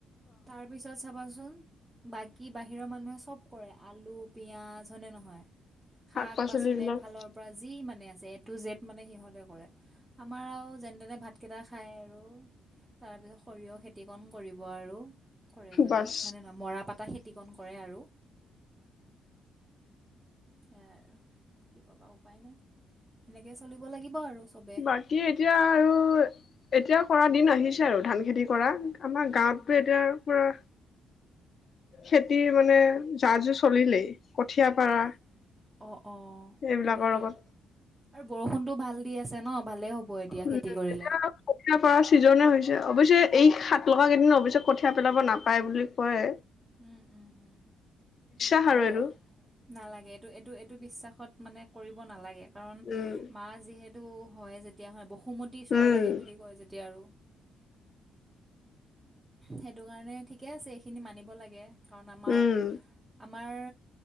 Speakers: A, on the right (about 20°); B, on the left (about 50°).
A: তাৰ পিছত চাবাচোন। বাকী, বাহিৰৰ মানুহে চব কৰে আলু, পিয়াজ, হয়নে‌ নহয়? শাক-পাচলি
B: শাক পাচলিবিলাক
A: এফালৰ পৰা যি মানে আ জেটো জেট মানে সিহঁতে কৰে, আমাৰ আৰু যেন তেনে ভাতকেইটা খায় আৰু। তাৰপিছত সৰিয়হ খেতিকণ কৰিব আৰু। কৰে যদি,
B: বাছ
A: হয়নে নহয়? মৰা পাতা খেতিকণ কৰে আৰু। সেয়াই আৰু কি ক'বা উপায় নাই, সেনেকে চলিব লাগিব আৰু চবে।
B: বাকী এতিয়া আৰু এতিয়াও কৰা দিন আহিছে আৰু ধান খেতি কৰা। আমাৰ
A: উম
B: গাঁৱত
A: উম
B: তো এতিয়া পুৰা খেতিৰ মানে যা-যোৰ চলিলেই। কঠীয়া পাৰা
A: ভাল। অঁ অঁ
B: এইবিলাকৰ
A: ভালেই দিয়া
B: লগত।
A: আৰু বৰষুণতো ভাল দি আছে ন', ভালেই হ'ব। এতিয়া
B: উম,
A: খেতি কৰিলে
B: এতিয়া। <unintelligible> কঠীয়া পৰা ছিজনে হৈছে, অৱশ্যে এই সাত লগা কেইদিন অৱশ্যে কঠীয়া পেলাব নাপায় বুলি কয়।
A: উম' উম'। উম
B: <unintelligible>
A: নালাগে নালাগে, এইটো এইটো এইটো বিশ্বাসত মানে কৰিব নালাগে। কাৰণ
B: উম
A: মা যিহে তু হয় যেতিয়া হা বসুমতি চোৱা
B: উম
A: লাগে বুলি কয় যেতিয়া আৰু। সেইটো কাৰণে ঠিকে আছে এইখিনি মানিব লাগে কাৰণ আমাৰ
B: উম
A: আমাৰ